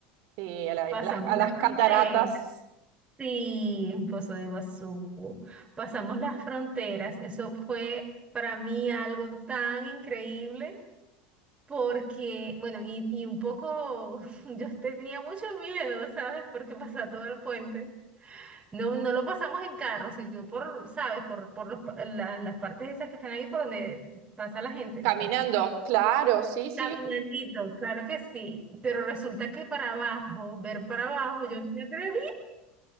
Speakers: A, on the right (about 65°); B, on the right (about 20°).
A: sí, a, la-
B: Pasamos
A: a las, a
B: la
A: las
B: frontera,
A: cataratas
B: sí, en Foz de Iguazú, pasamos las fronteras, eso fue para mí algo tan increíble. Porque, bueno, y, y un poco, <laughs> yo tenía mucho miedo, ¿sabes? Porque pasaba todo el puente. No, no lo pasamos en carro, sino por, ¿sabes? Por, por los, pa- la- las partes esas que están ahí por donde pasa la gente,
A: caminando.
B: pues.
A: Claro, sí, sí,
B: Caminandito, claro que sí, pero resulta que para abajo, ver para abajo, yo ni me atreví,